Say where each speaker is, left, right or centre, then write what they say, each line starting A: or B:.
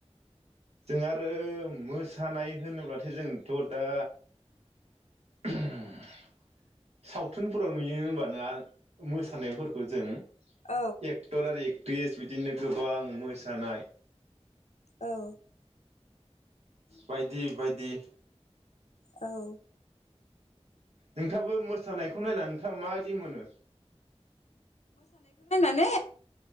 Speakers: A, on the right (about 70°); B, on the left (about 80°).
A: जों आरो मोसानाय होनोब्लाथाय जोंथ' दा <unintelligible> सावथुनफोराव नुयो होमबा ना मोसानायफोरखौ जों
B: औ
A: एक्टर आरो एक्ट्रिस बिदिनो गोबां मोसानाय
B: औ
A: बायदि बायदि <inaudible>
B: औ
A: नोंथाङाबो मोसानायखौ नायनानै नोंथाङा माबायदि मोनो?
B: ने